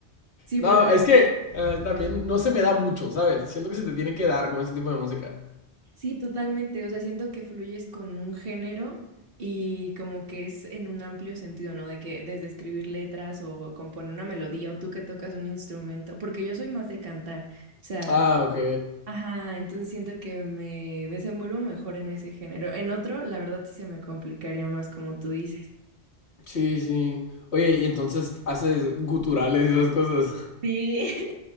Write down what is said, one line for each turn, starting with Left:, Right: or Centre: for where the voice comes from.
Right: Sí,
Left: No,
Right: pero
Left: es
Right: también
Left: que eh, también no se me da mucho, ¿sabes? Siento que se te tiene que dar con ese tipo de música.
Right: Sí, totalmente. O sea, siento que fluyes con un género y como que es en un amplio sentido, ¿no? De que desde escribir letras o componer una melodía o tú que tocas un instrumento, porque yo soy más de cantar. O sea,
Left: Ah, ok.
Right: ajá, entonces siento que me desenvuelvo mejor en ese género. En otro, la verdad sí se me complicaría más, como tú dices.
Left: Sí, sí. Oye, y entonces haces guturales y esas cosas. <laughs>
Right: Sí, <laughs>